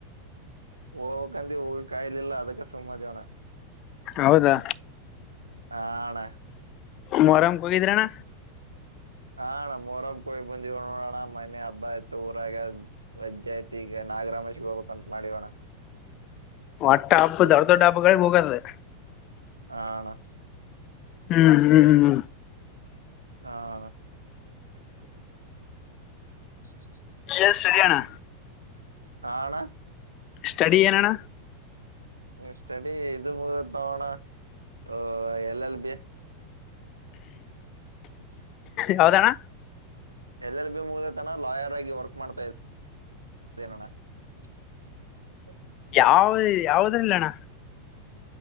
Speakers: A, on the right (about 80°); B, on the left (about 35°).
A: <unintelligible> ಹಓಕಾಿ ಕಾಯಲಲ್ಲ ಅದಕ್ಕೆ ಸುಮ್ಮತೋಣ
B: ಹೌದಾ
A: ಆ ಅಣ
B: ಮರಮ್ ಕೋಗಿದ್ರಣ್ಣ
A: <unintelligible> ಹಾಣ್ ಮರಬ್ ಕೊಯ್ ಬಂದವ ನೋಡೋಣ ಮನೆ ಹಬ್ಬ ಆಯತು ಊರಾಗ್ಯ <unintelligible> ವಜ್ಾಯಿತಿಗ ನಾಗರಮೇಶಿಗೆ ಹೋಗ್ಬೇಕಂತ ಮಾಡಿವೋಣ
B: ಒಟ್ಟ ಹಬ್ಬ ದೊಡ್ ದೊಡ್ ಹಬ್ಬಗಳಿಗೆ ಹೋಗದೆ
A: ಆ ಅಣಾ
B: ಹ್ಮ್ ಹ್ಮ್
A: ಹಾ ಹ್ಮ <inaudible>
B: ಎ ಸರಿಯಣ್
A: ಆಣ
B: ಸ್ಟಡಿ ಏನಣ್ಣ
A: ಸ್ಟಡಿ ಇದು ಮುಗತ್ ನೋಣತೊ ಎಲ್ ಎಲ್ ಬಿ
B: ಯಾವ್ದಣ
A: ಎಲ್ ಎಲ್ ಬಿ ಮುಗ್ದತಣ ಲಾಯರ್ ಆಗಿ ವರ್ಕ್ ಮಾಡ್ತಾ ಇದೇನಣ್ಣ. <inaudible>
B: ಯಾವ ಯಾವದ್ರಲ್ಲ ಅಣ್ಣ